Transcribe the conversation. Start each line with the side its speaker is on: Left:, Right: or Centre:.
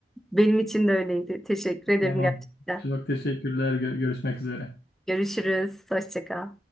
Centre: Benim için de öyleydi. Teşekkür ederim
Left: Tamam.
Centre: gerçekten.
Left: Çok teşekkürler. Gö- görüşmek üzere.
Centre: Görüşürüz. Hoşça kal.